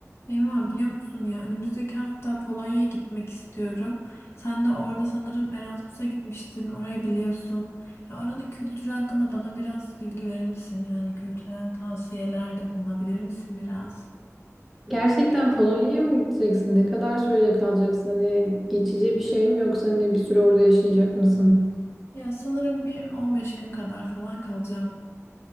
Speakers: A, on the left (about 50°); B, in the centre.
A: Şeyma biliyor musun ya önümüzdeki hafta Polonya'ya gitmek istiyorum. Sen de orada sanırım Erasmus'a gitmiştin. Orayı biliyorsun. Ya oranın kültürü hakkında bana biraz bilgi verir misin? Yani kültürel tavsiyelerde bulunabilir misin biraz?
B: Gerçekten Polonya'ya mı gideceksin? Ne kadar süreyle kalacaksın? Hani geçici bir şey mi yoksa hani bir süre orada yaşayacak mısın?
A: Ya sanırım bir 15 gün kadar falan kalacağım.